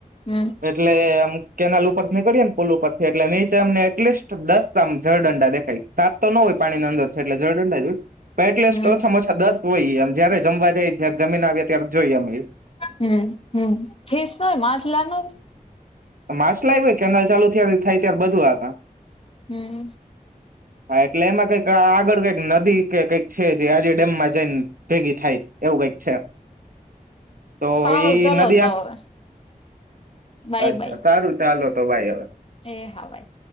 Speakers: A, on the left; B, on the right.
A: હમ
B: એટ એટલે આમ કેનાલ ઉપર નીકળીએ ને પુલ ઉપર થી એટલે નીચે અમને એટલીસ્ટ દસ આમ જળદંડા દેખાય સાત તો નો હોય પાણીની અંદર છે એટલે જળડંડા જ હોય. તો એટલીસ્ટ
A: હમ
B: ઓછામાં ઓછા દસ હોયમ જયારે જમવા જાય જય જમીન આવ્યા ત્યારે જોઈએ અમે ઈ
A: હમ્મ હમ્મ ફિશ હોય માથલાનું
B: આમ માછલાવ્યુંય કેનાલ ચાલુ થાય ત્યારે બધું આવે.
A: હમ્મ.
B: હા એટલે એમાં કઈક આ આગળ કઈક નદી કે કઈક છે જે આજે ડેમમાં જઈને ભેગી થાય. એવું કાઈક છે. તો
A: સારું
B: એઈ
A: ચલો
B: નદી
A: તો હવે બાય
B: અચ્છા
A: બાય
B: સારું ચાલો તો ભાઈ હવે.
A: એ હા બાય.